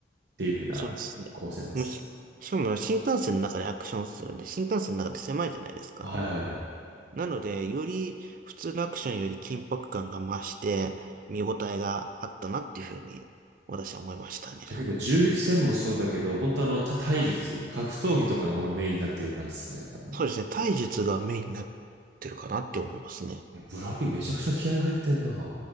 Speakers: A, on the right; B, on the right.
A: っていう風な構成なんですね。
B: そうですね。もうし、しかも新幹線の中でアクションするんで、新幹線の中で狭いじゃないですか。
A: はいはいはい。
B: なので、より普通のアクションより緊迫感が増して、見応えがあったなっていうふうに、私は思いましたね。
A: じゃあ結構銃撃戦もそうだけど、本当あの、た体術、格闘技とかの方がメインになってくる感じですかね、多分。
B: そうですね。体術がメインになってるかなって思いますね。
A: ブラピめちゃくちゃ気合入ってんな。